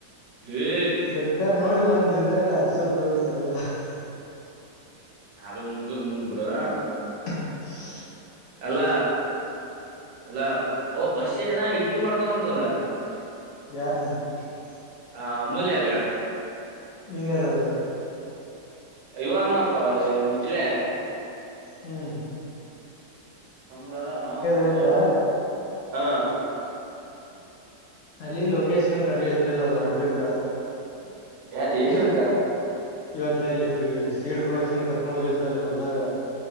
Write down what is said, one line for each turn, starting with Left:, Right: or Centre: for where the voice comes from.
Right: ಏ
Left: ಬೇಕರ್ ನೋಡ ನೀ ಒಂದ್ <unintelligible> ದಿಂದದಾಗ ಅಡ್ಸೋತ ಹೊಗಬೇಕಲ್ಲ, <unintelligible>
Right: ಅದು ಮುಂದಲದ ಮುಂದ ಬಿಡ. <unintelligible>
Left: ಉಷ
Right: ಅಲ್ಲ ಅಲ್ಲ ಅವ ಬಶ ಏನ ಇಕಿ ಮಾಡ್ತಾಳ ಅಂತಲ್ಲ? <unintelligible>
Left: ಯಾರನ್? <unintelligible>
Right: ಆಮೂಲ್ಯಗ <unintelligible>
Left: ನಿಂಗ್ಯಾರ ಅವ್ರು
Right: ಅಯ್ಯೋ ಅಂದನಪ್ಪ ನಿಖಿಲೈ, <unintelligible>
Left: ಹೂ <unintelligible>
Right: ನಮ್ಮದ ನಾ ಪೂಲ್
Left: ಇವತ್ತ
Right: ಹಾ <unintelligible>
Left: ಅಲ್ಲಿ ಲೊಕೇಶನ್ ಕರ್ಲಿಕತದ ಅದು ಹಡ್ಲಕ್ಕ. <unintelligible>
Right: ಏ ಎದಕ್ಕ? <unintelligible>
Left: ಇವತ್ ಅಲ್ಲಿ ಸೀಡ್ ಪ್ರೊಡಕ್ಷನ್ ಕರ್ಕೊಂಡ್ ಹೋಗಿದ್ಲ ಅಲ್ಲಿ ಹೊಲ್ದಾಗ? <unintelligible>